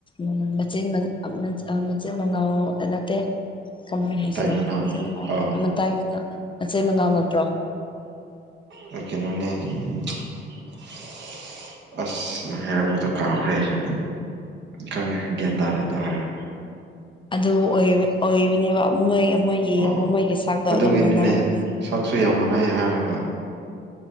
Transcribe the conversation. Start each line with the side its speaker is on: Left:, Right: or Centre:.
Left: ꯎꯝ ꯃꯆꯦ ꯃ <unintelligible> ꯃꯥꯆꯦ ꯃꯅꯥꯎ ꯑꯥ ꯅꯠꯇꯦ ꯀꯃꯥꯏ ꯍꯥꯏꯁꯤꯔ
Right: ꯇꯥꯏ ꯃꯅꯥ
Left: ꯃꯆꯤꯟ ꯃꯅꯥꯎ
Right: ꯑꯥ
Left: ꯃꯇꯥꯏ ꯃꯅꯥ ꯃꯆꯩ ꯃꯅꯥꯎ ꯅꯠꯇ꯭ꯔꯣ
Right: ꯀꯩ ꯀꯩꯅꯣꯅꯦ <unintelligible> ꯑꯁ ꯅ ꯍꯥꯏꯔꯛꯄꯗꯣ ꯀꯥꯈ꯭ꯔꯦ ꯑꯩꯁꯨ ꯏꯀꯥꯏ ꯍꯜ ꯒ꯭ꯌꯥꯟ ꯇꯥꯔꯦ ꯑꯗꯨ ꯍꯥꯏꯔ
Left: ꯑꯗꯨ ꯑꯣꯏ ꯑꯣꯏꯕꯅꯦꯕ ꯃꯣꯏ ꯃꯣꯏꯒꯤ
Right: ꯑꯣ
Left: ꯌꯦꯉ ꯃꯩꯒꯤ ꯁꯥꯛꯇꯣ ꯑꯗꯨ
Right: ꯑꯗꯨꯒꯤꯅꯤꯅꯦ
Left: ꯃꯅꯥꯔꯅꯤ
Right: ꯁꯛꯁꯨ ꯌꯥꯝ ꯃꯥꯟꯅꯩ ꯍꯥꯏꯔꯒ